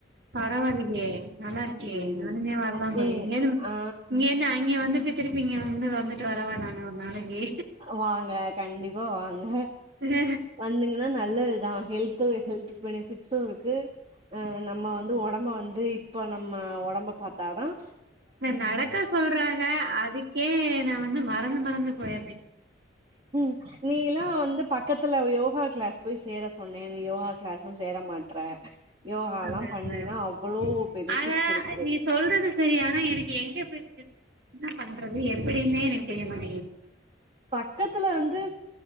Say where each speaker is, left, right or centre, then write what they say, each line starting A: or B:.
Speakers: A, on the right (about 60°); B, on the right (about 35°).
A: பரவாலியே நல்லா இருக்கே
B: ம்
A: நானுமே வரலாம் போலயே
B: ஏ
A: இங்கந்து
B: ஆ
A: இங்க இருந்து அங்கே வந்துட்டு திருப்பி இங்க வந்து வந்துட்டு வரவா நானு ஒரு நாளைக்கு
B: வாங்க கண்டிப்பா வாங்க
A: இல்ல
B: வந்துங்கன்னா நல்லதுதா ஹெல்த்து ஹெல்த் பெனிஃபிட்ஸும் இருக்கு அ நம்ம வந்து உடம்ப வந்து இப்ப நம்ம உடம்ப பாத்தாதான்
A: <unintelligible> நடக்க சொல்றாங்க அதுக்கே நான் வந்து மறந்து மறந்து போய்றே
B: ம் நீல்லாம் வந்து பக்கத்துல யோகா கிளாஸ் போய் சேர சொன்னேன் நீ யோகா கிளாஸும் சேர மாட்றே யோகாலாம்
A: அதான.
B: பண்ணினா அவ்வளோ பெனிஃபிட்ஸ்
A: ஆனா
B: இருக்கு
A: நீ சொல்றது செரி ஆனா எனக்கு எங்க பேய் சேர்ரது என்ன பண்றது எப்டின்மே எனக்கு தெரிய மாட்டிங்குது
B: பக்கத்துல வந்து